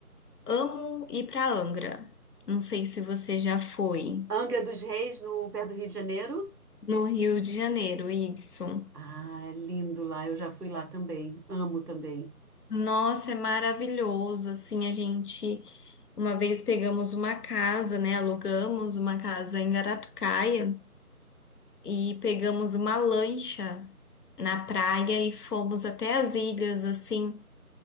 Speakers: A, on the left; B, on the right.
A: amo ir para Angra. Não sei se você já foi
B: Angra dos Reis, no pé do Rio de Janeiro?
A: no Rio de Janeiro, isso.
B: Ah, é lindo lá. Eu já fui lá também. Amo também.
A: Nossa, é maravilhoso. Assim, a gente uma vez pegamos uma casa, né? Alugamos uma casa em Garatucaia e pegamos uma lancha na praia e fomos até as ilhas, assim.